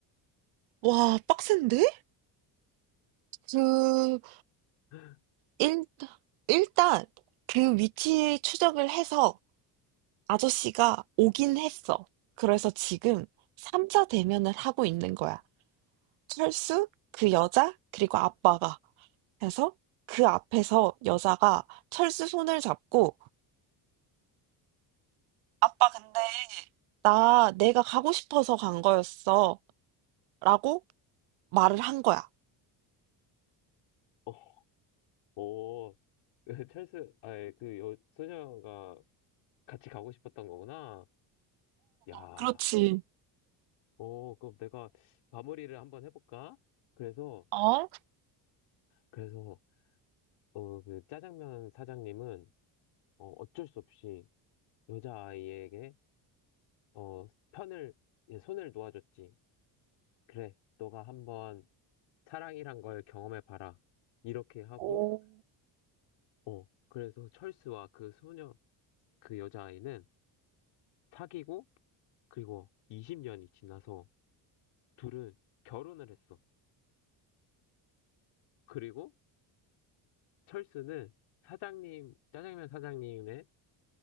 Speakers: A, on the right; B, on the left.
A: 와, 빡센데? 그
B: <laughs>
A: 일, 일단 그 위치 추적을 해서 아저씨가 오긴 했어. 그래서 지금 3자 대면을 하고 있는 거야. 철수, 그 여자, 그리고 아빠가 해서 그 앞에서 여자가 철수 손을 잡고 아빠 근데 나 내가 가고 싶어서 간 거였어 라고 말을 한 거야.
B: 어, 오, <laughs> 찰스, 아 그, 여, 소녀가 같이 가고 싶었던 거구나. 야,
A: 그렇지.
B: 오, 그럼 내가 마무리를 한번 해볼까? 그래서,
A: 어?
B: 그래서, 어, 그 짜장면 사장님은, 어, 어쩔 수 없이 여자아이에게, 어, 편을, 예, 손을 놓아줬지. 그래, 너가 한번 사랑이란 걸 경험해봐라. 이렇게 하고,
A: 오.
B: 어, 그래서 철수와 그 소녀, 그 여자아이는 사귀고, 그리고 20년이 지나서 둘은 결혼을 했어. 그리고 철수는 사장님, 짜장면 사장님의